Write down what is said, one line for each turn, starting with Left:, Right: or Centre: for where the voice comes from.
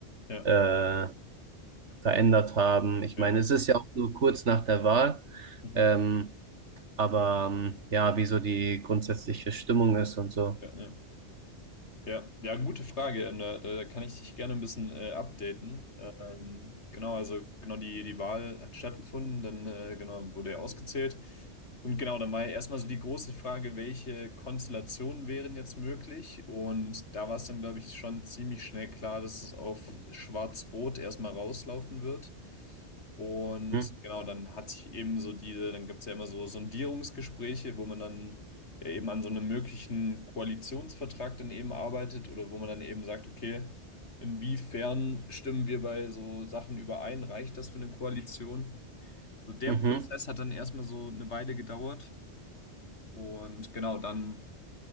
Left: ja,
Right: äh, verändert haben. Ich
Left: ja,
Right: meine,
Left: ja.
Right: es ist ja auch nur kurz nach der Wahl.
Left: Mhm.
Right: Ähm, aber ähm, ja, wie so die grundsätzliche Stimmung ist und so.
Left: Ja, ja. Ja, ja, gute Frage. Und da, da da kann ich dich gerne ein bisschen äh, updaten. Ähm, genau, also genau die, die Wahl hat stattgefunden, dann äh, genau wurde er ausgezählt. Und genau, dann war ja erstmal so die große Frage, welche Konstellationen wären jetzt möglich? Und da war es dann, glaube ich, schon ziemlich schnell klar, dass es auf Schwarz-Rot erstmal rauslaufen wird. Und
Right: Mhm.
Left: genau, dann hat sich eben so diese, dann gibt es ja immer so Sondierungsgespräche, wo man dann ja eben an so einem möglichen Koalitionsvertrag dann eben arbeitet oder wo man dann eben sagt, okay, inwiefern stimmen wir bei so Sachen überein? Reicht das für eine Koalition? So der
Right: Mhm.
Left: Prozess hat dann erstmal so eine Weile gedauert und genau dann